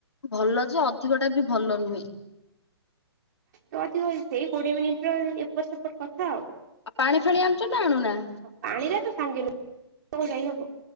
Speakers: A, on the left (about 85°); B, on the right (about 45°).
A: ଭଲ ଯେ, ଅଧିକ ଟା ବି ଭଲ ନୁହେଁ।
B: ତାତୁନଥିବ ସେଇ କୋଡିଏ ମିନିଟ୍ ର ଏପଟ ସେପଟ କଥା ଆଉ।
A: ଆଉ ପାଣି ଫାଣି ଆଣୁଚ ନା ଆୁଣୁନା?
B: ପାଣିରାକ ସାଙ୍ଗରେ କୁଆଡୁ ଯାଇହବ?